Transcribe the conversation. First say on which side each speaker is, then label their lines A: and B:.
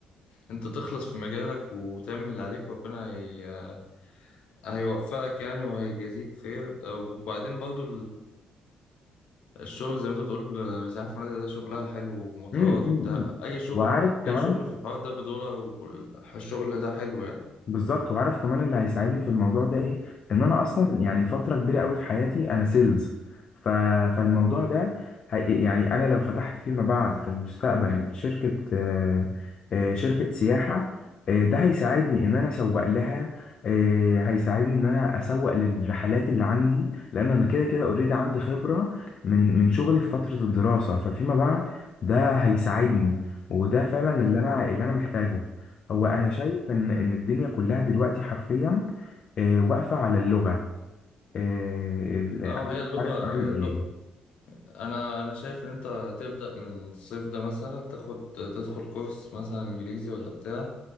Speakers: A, on the left (about 65°); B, on the left (about 40°).
A: انت تخلص في مجالك وتعمل اللي عليك وربنا هي... هيوفقك يعني وهيجازيك خير آه، وبعدين برضو الشغل زي ما انت بتقول سياحة في فنادق ده شغلها حلو ومطارات
B: مم، مم،
A: وبتاع
B: مم.
A: أي شغل
B: وعارف كمان
A: أي شغل في الحوار ده بدولار والشغل ده حلو يعني
B: بالظبط وعارف كمان اللي هيساعدني في الموضوع ده ايه ان انا اصلا
A: مم.
B: يعني فتره كبيره قوي في حياتي انا سيلز ف... فالموضوع ده هي... يعني انا لو فتحت فيما بعد في المستقبل شركه آه، آه، شركه سياحه آه، ده هيساعدني ان انا اسوق لها آه، هيساعدني ان انا اسوق للرحلات اللي عندي لان انا كده كده اوريدي عندي خبره من من شغلي في فتره الدراسه ففيما بعد ده هيساعدني وده فعلا
A: مم.
B: اللي انا اللي انا محتاجه هو انا شايف ان ان الدنيا كلها دلوقتي حرفيا آه، واقفه على اللغه آه، ال- انا
A: اه هي
B: مش
A: اللغة
B: عارف اعمل
A: هي اللغة
B: ايه
A: أنا أنا شايف إن أنت تبدأ من الصيف ده مثلا تاخد تدخل كورس مثلا إنجليزي ولا بتاع